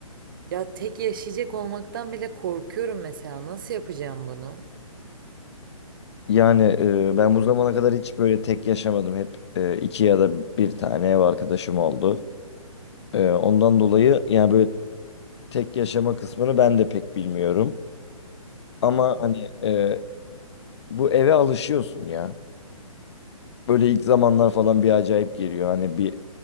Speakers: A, on the right (about 35°); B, on the left (about 50°).
A: Ya tek yaşayacak olmaktan bile korkuyorum mesela. Nasıl yapacağım bunu?
B: Yani e, ben bu zamana kadar hiç böyle tek yaşamadım. Hep e, iki ya da bir tane ev arkadaşım oldu. E, ondan dolayı yani böyle tek yaşama kısmını ben de pek bilmiyorum. Ama
A: Hı hı.
B: hani e, bu eve alışıyorsun ya. Böyle ilk zamanlar falan bir acayip geliyor. Hani bir